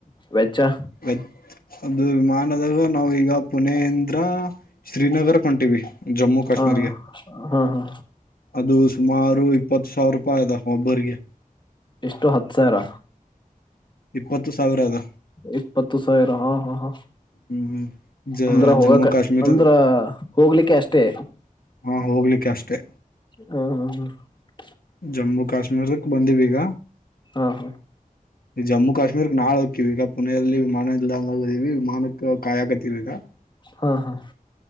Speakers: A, on the left (about 30°); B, on the left (about 90°).
A: ವೆಚ್ಚ
B: ವ <unintelligible> ಅದು ವಿಮಾನದಾಗ ನಾವು ಈಗ ಪುಣೆ ಇಂದ್ರ ಶ್ರೀನಗರ ಕೊಂಟಿವಿ <unintelligible> ಜಮ್ಮು ಕಾಶ್ಮೀರ್ಗೆ
A: ಹಾ ಹಾ ಹಾ
B: ಅದು ಸುಮಾರು ಇಪ್ಪತ್ತು ಸಾವಿರ <unintelligible> ಒಬ್ಬೇರ್ಗೆ
A: ಎಷ್ಟು ಹತ್ ಸಾವಿರ
B: ಇಪ್ಪತ್ತು ಸಾವಿರ ಅದ.
A: ಇಪ್ಪತ್ತು ಸಾವಿರ ಹಾ ಹಾ ಹಾ
B: ಹ್ಮ್ ಹ್ಮ್ ಜ
A: ಅಂದ್ರ ಹೋಗಕ
B: ಜಮ್ಮು ಕಾಶ್ಮೀರದ
A: ಅಂದ್ರ ಹೋಗ್ಲಿಕ್ಕೆ ಅಷ್ಟೇ
B: ಹಾ ಹೋಗ್ಲಿಕ್ಕೆ ಅಷ್ಟೇ
A: ಹಾ ಹಾ ಹಾ <inaudible>
B: ಜಮ್ಮು ಕಾಶ್ಮೀರಕ್ ಬಂದಿವ ಈಗ
A: ಹ ಹ
B: ಈ ಜಮ್ಮು ಕಾಶ್ಮೀರಕ್ ನಾಳ <unintelligible> <unintelligible> ವಿಮಾನಕ್ ಕಾಯಕತೀವಿವಾಗ <unintelligible>
A: ಹಾ ಹಾ